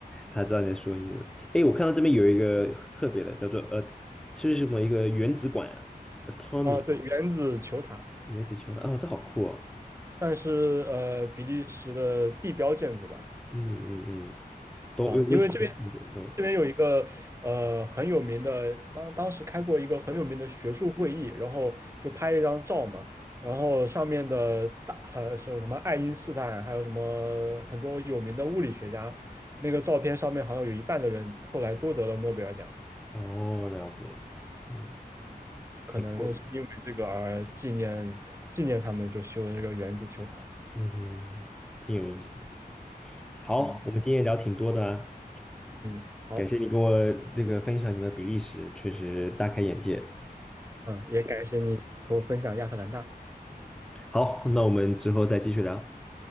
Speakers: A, in the centre; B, on the right (about 15°).
A: 他知道你在说英文。哎，我看到这边有一个特别的，叫做呃，是什么一个原子管啊？Atomic
B: 啊，对，原子球塔，
A: 原子球的啊、哦这好酷哦！
B: 算是呃比利时的地标建筑吧。
A: 嗯嗯嗯，都我以前没看过，
B: 啊，因为这边
A: 嗯，
B: 这边有一个呃很有名的，当当时开过一个很有名的学术会议，然后就拍了一张照嘛，然后上面的大呃是有什么爱因斯坦，还有什么很多有名的物理学家，那个照片上面好像有一半的人后来都得了诺贝尔奖，
A: 哦，了解，嗯，
B: 嗯，可能是因为这个而纪念纪念他们，
A: 挺酷的，
B: 就修了这个原子球塔，
A: 嗯哼，挺有意思的。好，
B: 嗯，
A: 我们今天聊挺多的啊，
B: 嗯，好，
A: 感谢你跟我这个分享你们的比利时，确实大开眼界。
B: 嗯，也感谢你和我分享亚特兰大，
A: 好，那我们之后再继续聊。